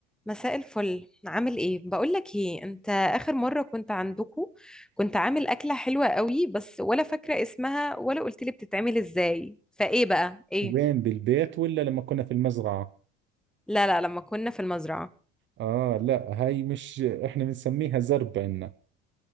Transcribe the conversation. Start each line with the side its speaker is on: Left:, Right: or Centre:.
Centre: مساء الفل عامل ايه بقول لك ايه انت اخر مره كنت عندكو كنت عامل اكله حلوه قوي بس ولا فاكره اسمها ولا قلت لي بتتعمل ازاي فايه بقى ايه
Right: وين بالبيت ولا لما كنا في المزرعة
Centre: لا لا لما كنا في المزرعه
Right: آه لا هاي مش إحنا بنسميها زرب عنا